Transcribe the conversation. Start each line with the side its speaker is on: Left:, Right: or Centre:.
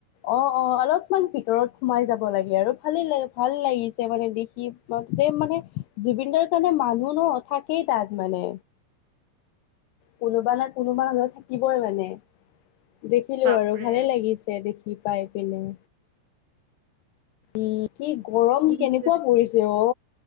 Left: অ অ অলপমান ভিতৰত সোমাই যাব লাগে আৰু ভালেই লাগ ভাল লাগিছে মানে দেখি <inaudible> মানে জুবিন দাৰ কাৰণে মানুহ ন থাকেই তাত মানে। কোনোবা নহয় কোনোবা ধৰ থাকিবই মানে। দেখিলো
Right: বাপৰে
Left: বাৰু ভালে লাগিছে দেখি পাই পিনে। উম কি গৰম
Right: কি
Left: কেনেকুৱা
Right: যে
Left: পৰিছে অ?